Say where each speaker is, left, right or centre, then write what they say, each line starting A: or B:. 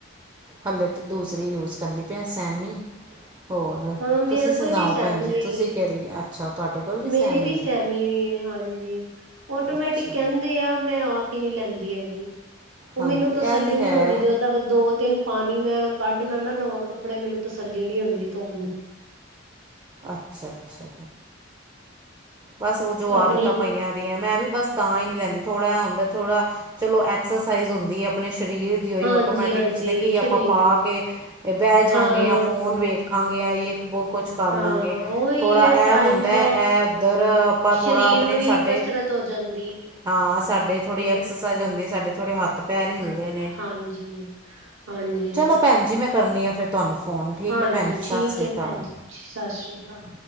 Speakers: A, on the right (about 20°); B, on the right (about 80°).
A: ਹਲੇੇ ਤੇ ਦੂਸਰੀ ਯੂਜ ਕਰਨੀ ਪਈ ਐ ਸੈਮੀ ਹੋਰ
B: ਹਾਂ ਮੇਰੇ
A: ਤੁਸੀਂ ਸੁਣਾਓ?
B: ਕੋਲ ਵੀ ਸਹਿਮੀ
A: ਭੈਣ ਜੀ
B: ਹੀ
A: ਤੁਸੀਂ
B: ਹੈ
A: ਕਿਹੜੀ ਅੱਛਾ। ਤੁਹਾਡੇ ਕੋਲ
B: ਮੇਰੀ
A: ਸੈਮੀ
B: ਵੀ ਸਹੇਮੀ
A: ਹੈ
B: ਹੋਈ ਹੈ, ਹਾਂਜੀ ਅਟੋਮੈਟਿਕ
A: ਅੱਛਾ
B: ਕਹਿੰਦੇ ਆ ਮੈਂ ਪਾਣੀ ਨਹੀਂ ਲੈਂਦੀ ਹੈਗੀ, ਉਹ
A: ਹਾਂਜੀ
B: ਮੈਨੂੰ ਤਸੱਲੀ
A: ਇਹ ਤਾਂ
B: ਨੀ
A: ਹੈ
B: ਹੁੰਦੀ ਜਦੋਂ ਤੱਕ ਦੋ ਤਿੰਨ ਪਾਣੀ ਮੈਂ ਕੱਢਣਾ ਨਾ ਲਵਾਂ ਕੱਪੜੇ ਮੈਨੂੰ ਤਸੱਲੀ ਨੀ ਹੁੰਦੀ ਧੋਣ ਦੀ
A: ਅੱਛਾ-ਅੱਛਾ ਬਸ ਉਹ ਜੋ ਆਦਤਾਂ
B: ਆਪਣੀ
A: ਪਈਆਂ ਦੀਆਂ ਮੈਂ ਵੀ ਬਸ ਤਾਂ ਨਹੀਂ ਲੈਂਦੀ ਥੌੜਾ ਐ ਹੁੰਦਾ ਥੌੜਾ ਚਲੋ ਐਕਸਰਸਾਈਜ਼ ਹੁੰਦੀ ਐ ਅਪਣੇ ਸ਼ਰੀਰ ਸਰੀਰ ਦੀ ਹੋਈ
B: ਹਾਂਜੀ
A: ਆਟੋਮੈਟਿਕ
B: ਹਾਂਜੀ
A: ਜ ਤੇ ਕੀ
B: ਸਰੀਰ
A: ਆਪਾਂ ਪਾ ਕੇ ਬਹਿ ਜਾਂਗੇ
B: ਹਾਂ
A: ਜਾਂ ਫੋਨ ਵੇਖ ਖਾਂਗੇ ਇੱਕ ਕੁਛ ਕਰ
B: ਹਾਂ
A: ਲਾਂਗੇ
B: ਉਹੀ
A: ਥੋੜ੍ਹਾ
B: ਹੈ
A: ਇਹ
B: ਟਾਈਮ
A: ਹੁੰਦਾ ਇਹ ਉੱਧਰ ਆਪਾਂ ਥੋੜਾ
B: ਸਰੀਰ
A: ਆਪਣੇ
B: ਨੂੰ ਹੀ
A: ਸਾਡੇ
B: ਕਸਰਤ ਹੋ ਜਾਂਦੀ।
A: ਹਾਂ ਸਾਡੇ ਥੋੜੀ
B: ਹੈ
A: ਐਕਸਰਸਾਈਜ਼ ਹੁੰਦੀ ਸਾਡੇ ਥੋੜੇ ਹੱਥ ਪੈਰ ਹਿਲਦੇ। ਨੇ
B: ਹਾਂਜੀ-ਹਾਂਜੀ।
A: ਚਲੋ ਭੈਣ ਜੀ ਮੈਂ ਕਰਨੀ ਆ ਫਿਰ ਤੁਹਾਨੂੰ ਫ਼ੋਨ ਠੀਕ
B: ਹਾਂਜੀ
A: ਹੈ ਭੈਣ ਜੀ ਸਤਿ
B: ਠੀਕ
A: ਸ਼੍ਰੀ
B: ਹੈ,
A: ਅਕਾਲ
B: ਭੈਣ ਜੀ ਸਤਿ ਸ੍ਰੀ ਅਕਾਲ।